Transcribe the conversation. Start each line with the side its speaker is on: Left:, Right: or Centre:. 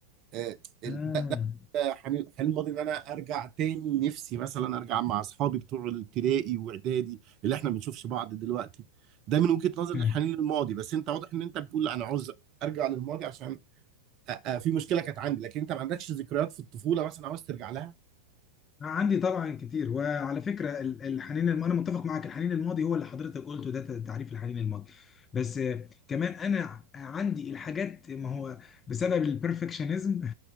Right: آه ال-
Left: آه.
Right: ده ده حنين حنين الماضي ان انا ارجع تاني نفسي مثلا ارجع مع اصحابي بتوع الابتدائي واعدادي اللي احنا ما بنشوفش بعض دلوقتي ده من وجهه نظر
Left: <laughs>
Right: الحنين للماضي بس انت واضح ان انت بتقول لا انا عاوز ارجع للماضي عشان أ- أ- في مشكله كانت عندي لكن انت ما عندكش ذكريات في الطفوله مثلا عاوز ترجع لها
Left: عندي طبعا كتير وعلى فكره ال- الحنين الم... انا متفق معاك الحنين الماضي هو اللي حضرتك قلته ده ت- تعريف الحنين الماضي بس آه، كمان انا ع- عندي الحاجات ما هو بسبب البرفكشنزم <laughs>